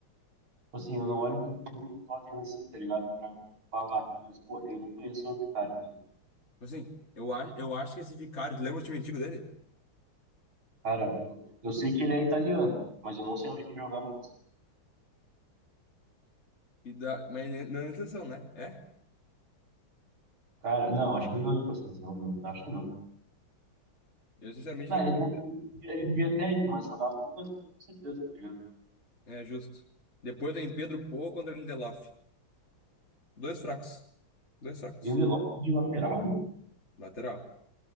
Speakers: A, on the right; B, on the left.
A: Tipo assim, eu não olho tanto o jogo do Tottenham assim, tá ligado? Pra falar. Mas, pô, eu não conheço o Vicario tanto.
B: Assim, eu, a, eu acho que esse Vicário, tu lembra o time antigo dele?
A: Cara, eu, eu sei que ele é italiano, mas eu não sei onde que ele jogava antes.
B: E da, mas não é não é intenção, né? É?
A: Cara, não, acho que ele não ia pra seleção, meu. Acho que não.
B: Eu sinceramente
A: Não,
B: não
A: ele,
B: consigo.
A: ele devia até ir, mas jogava no Danone, com certeza, tá ligado?
B: É justo. Depois vem Pedro Porro contra Lindelof. Dois fracos. Dois fracos.
A: Lindelof de lateral?
B: Lateral.